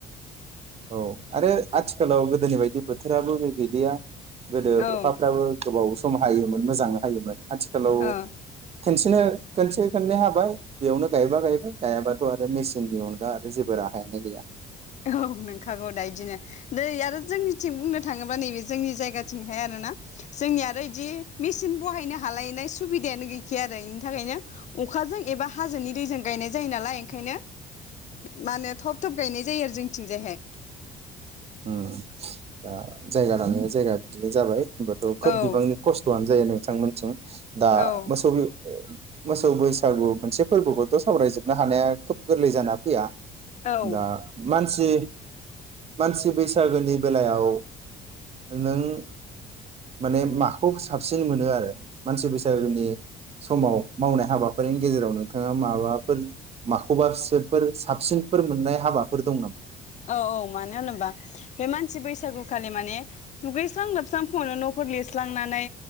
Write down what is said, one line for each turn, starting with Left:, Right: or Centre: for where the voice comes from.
Right: औ आरो आथिखालाव गोदोनि बायदि बोथोराबो बे गैलिया गोदो
Left: औ
Right: अखाफ्राबो गोबाव सम हायोमोन मोजांनो हायोमोन आथिखालाव
Left: औ
Right: खोनसेनो खोनसे खोननै हाबाय बेयावनो गायबा गायबाय गायाबाथ आरो मेसिननि अनगा आरो जेबो राहायानो गैया
Left: औ नंखागौ दा इदिनो दै यारो जोंनिथिं बुंनो थांङो बा नै बे जोंनि जायगाथिंहाय आरो ना जोंनिया आरो दि मेसिन बहायनो हा खालायनाय सुबिदायानो गैखाया आरो इनि थाखायनो अ खाजों एबा हाजोनि दैजों गायनाय जायो नालाय ओंखायनो मा होनो थब थब गायनाय जायो आ थिंजायहाय
Right: उम दा जायगा लाना जायगा बिदिनो जाबाय होमबाथ
Left: औ
Right: खोब बिबांनि खस्थआनो जायो नोंथांमोनथिं दा
Left: औ
Right: मोसौ बि मोसौ बैसागु मोनसे फोरबोखौथ सावरायजोबनो हानाया खोब गोरलै जाना फैया
Left: औ
Right: दा मानसि सि बैसागोनि बेलायाव नों माने माखौ साबसिन मोनो आरो मानसि बैसागोनि समाव मावनाय हाबाफोरनि गेजेराव नोंथाङा माबाफोर माखौबासोफोर साबसिनफोर मोननाय हाबाफोर दं नामा?
Left: औ औ मानो होनोबा बे मानसि बैसागुखालि माने दुगैस्रां लोबस्रां फुंङावनो नफोर लिरस्लांनानै